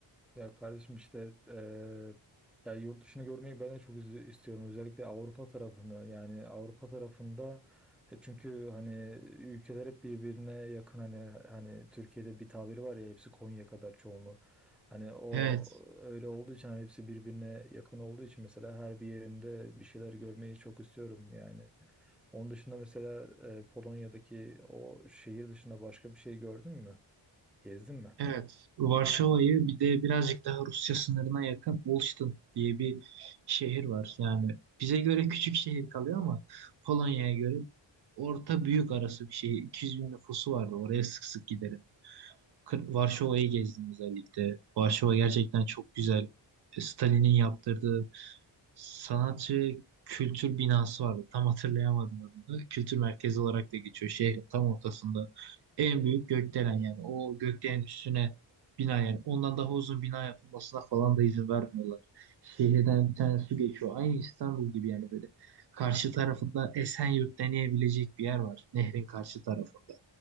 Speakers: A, in the centre; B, on the right.
A: Ya kardeşim işte eee ya yurt dışını görmeyi ben de çok iz- istiyorum. Özellikle Avrupa tarafını yani Avrupa tarafında e çünkü hani ülkeler hep birbirine yakın hani hani Türkiye'de bir tabiri var ya hepsi Konya kadar çoğunluğu. Hani o
B: Evet,
A: öyle olduğu için hani hepsi birbirine yakın olduğu için mesela her bir yerinde bir şeyler görmeyi çok istiyorum yani. Onun dışında mesela e, Polonya'daki o şehir dışında başka bir şey gördün mü? Gezdin mi?
B: evet. Varşova'yı bir de birazcık daha Rusya sınırına yakın Olsztyn diye bir şehir var. Yani bize göre küçük şehir kalıyor ama Polonya'ya göre orta büyük arası bir şehir. 200 bin nüfusu vardı. Oraya sık sık gideriz. Kır- Varşova'yı gezdim özellikle. Varşova gerçekten çok güzel. E, Stalin'in yaptırdığı sanatçı kültür binası vardı. Tam hatırlayamadım adını. Kültür merkezi olarak da geçiyor. Şehrin tam ortasında. En büyük gökdelen yani. O gökdelenin üstüne bina yani. Ondan daha uzun bina yapılmasına falan da izin vermiyorlar. Şehirden bir tane su geçiyor. Aynı İstanbul gibi yani böyle. Karşı tarafında Esenyurt deneyebilecek bir yer var. Nehrin karşı tarafında.